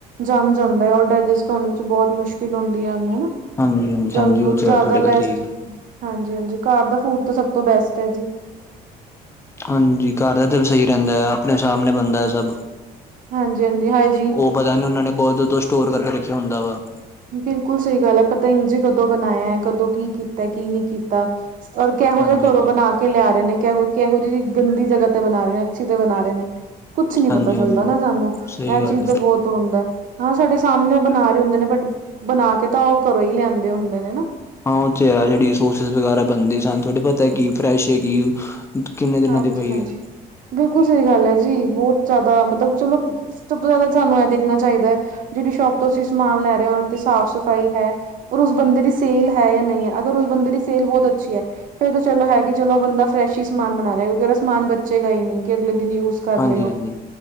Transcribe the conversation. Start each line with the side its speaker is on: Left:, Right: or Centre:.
Right: ਜਮ ਜਾਂਦਾ ਹੈ, ਔਰ ਡਾਇਜੈਸਟ ਹੋਣ ਵਿੱਚ ਬਹੁਤ ਮੁਸ਼ ਮੁਸ਼ਕਿਲ ਹੁੰਦੀ ਏ ਓਨੂੰ ਨਾ
Left: ਹਾਂਜੀ ਹਾਂਜੀ
Right: ਜੰਕ
Left: ਹਾਂਜੀ
Right: ਫੂਡ
Left: ਉਹ ਤੇ
Right: ਜਾਦਾ
Left: ਹੈ ਤੁਹਾਡੇ ਗੱਲ
Right: ਬੈਸਟ
Left: ਠੀਕ
Right: ਹਾਂਜੀ ਹਾਂਜੀ ਘਰ ਦਾ ਫੂਡ ਤੇ ਸਬ ਤੋਂ ਬੈਸਟ ਐ ਜੀ।
Left: ਹਾਂਜੀ ਘਰ ਦਾ ਤਾ ਸਹੀ ਰੇਂਦਾ ਏ ਅਪਨੇ ਸਾਮਨੇ ਬੰਦਾ ਏ ਸਬ।
Right: ਹਾਂਜੀ ਹਾਂਜੀ ਹਾਈ
Left: ਓ ਪਤਾ ਨੀ ਓਨਾਂ ਨੇ ਕਦੋ ਤੋਂ ਸਟੋਰ ਕਰਕੇ ਰੱਖਆ ਹੁੰਦਾ ਵਾ।
Right: ਬਿਲਕੁਲ ਸਹੀ ਗੱਲ ਐ ਪਤਾ ਈ ਜੀ ਕਦੋਂ ਬਨਾਯਾ ਕਦੋ ਕੀ ਕੀਤਾ ਕੀ ਨੀ ਕੀਤਾ। ਔਰ ਕੇਹੋ
Left: ਹਾਂਜੀ
Right: ਜਾ ਘਰੋਂ
Left: ਹਾਂਜੀ
Right: ਬਨਾ ਕੇ ਲਯਾ ਰਹੇ ਨੇ ਕੇਹੋ ਕੇਹੋ ਦੀ ਗੰਦੀ ਜਗਾ ਤੇ ਬਨਾ ਰਹੇ ਨੇ। ਅੱਛੀ ਤੇ ਬਨਾ ਰੇ ਨੇ ਕੁਛ ਨੀ ਪਤਾ
Left: ਹਾਂਜੀ
Right: ਚੱਲਦਾ
Left: ਹਾਂਜੀ
Right: ਨਾ ਸਾਨੂੰ
Left: ਸਹੀ
Right: ਏਹ
Left: ਗੱਲ
Right: ਚੀਜ਼
Left: ਹੈ
Right: ਦਾ ਬੋਤ ਤੋ ਹੁੰਦਾ ਹਾਂ ਸਾਡੇ ਸਾਮਨੇ ਓ ਬਨਾ ਰਹੇ ਹੁੰਦੇ ਨੇ ਬਟ ਬਨਾ ਕੇ ਤੇ ਓ ਘਰੋਂ ਈ ਲਿਆਂਦੇ ਹੁੰਦੇ ਨੇ ਨਾ।
Left: ਹਾਂ ਓ ਤੇ ਜੇੜੀ ਸੋਸਿਸ ਵਗੈਰਾ ਬਨਦੀ ਸਾਨੂੰ ਥੋੜੀ ਪਤਾ ਕੀ ਫਰੈਸ਼ ਏ ਕੀ ਕਿੰਨੇ ਦਿਨਾਂ
Right: ਹਾਂਜੀ
Left: ਦੀ ਪਈ
Right: ਹਾਂਜੀ
Left: ਹੈ।
Right: ਬਿਲਕੁਲ ਸਹੀ ਗੱਲ ਏ ਜੀ ਬੋਤ ਜਾਦਾ ਮਤਲਬ ਚਲੋ ਸਬ ਤੋ ਪੇਲਾ ਤਾ ਸਾਨੂੰ ਏਹ ਦੇਖਨਾ ਚਾਈਦਾ ਜੇੜੀ ਸ਼ੋਪ ਤੋਂ ਅਸੀ ਸਮਾਨ ਲੈ ਰਹੇ ਆ ਓਹਦੇ ਤੇ ਸਾਫ਼ ਸਫ਼ਾਈ ਹੈ। ਔਰ ਉਸ ਬੰਦੇ ਦੀ ਸੇਲ ਹੈ ਯਾ ਨਹੀ ਏ ਅਗਰ ਉਸ ਬੰਦੇ ਦੀ ਸੇਲ ਬੋਤ ਅੱਛੀ ਐ ਫੇਰ ਤਾਂ ਚਲੋ ਹੈ ਕੀ ਚਲੋ ਬੰਦਾ ਫਰੈਸ਼ ਈ ਸਮਾਨ ਨਾਲੇ ਸਮਾਨ ਬਚੇਗਾ ਈ ਨੀ ਕੀ ਅਗਲੇ ਦਿਨ ਯੂਜ਼ ਕਰ
Left: ਹਾਂਜੀ
Right: ਲੇ ਓ।
Left: ਹਾਂਜੀ